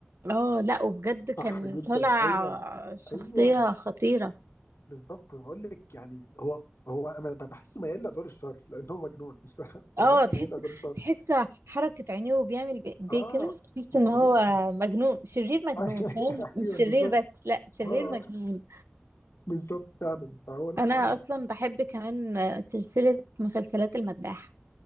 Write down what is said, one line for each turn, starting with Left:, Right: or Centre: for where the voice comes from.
Right: اه لا وبجد كان
Left: صح جدا
Right: طالع
Left: ايوه
Right: شخصية
Left: ايوه
Right: خطيرة
Left: بالظبط انا بقول لك يعني هو هو انا بحسه ميال لادوار الشر لان هو مجنون <laughs> فبحسه
Right: اه تحس
Left: ميال لادوار الشر
Right: تحس حركة عينيه وبيعمل بايديه
Left: اه
Right: كده تحس
Left: مش
Right: ان
Left: طبيعي
Right: هو مجنون شرير مجنون
Left: <laughs>
Right: فاهم مش
Left: ايوه
Right: شرير
Left: بالظبط
Right: بس لا شرير
Left: اه
Right: مجنون
Left: بالظبط فعلا فهو لا
Right: انا
Left: فعلا
Right: اصلا بحب كمان سلسلة مسلسلات المداح